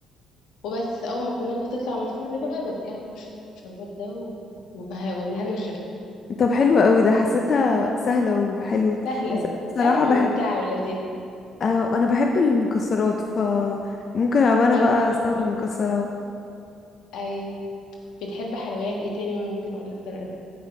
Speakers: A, on the left; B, on the left.
A: وبس أول ما الكنافة تطلع من الفرن بقى بسقيها بالشربات ده وبه- وبالهنا والشفا
B: طب حلوة قوي ده حسيتها سهله وحلوه
A: سهلة
B: بس أنا بصراحه
A: سهلة وممتعة
B: بحب
A: ولذيذة
B: آه، انا بحب المكسرات فممكن ابقى انا
A: فانت
B: بقى
A: ممكن
B: استخدم مكسرات
A: ايوه بتحب حلويات ايه تاني وانا ممكن اقول لك طريقتها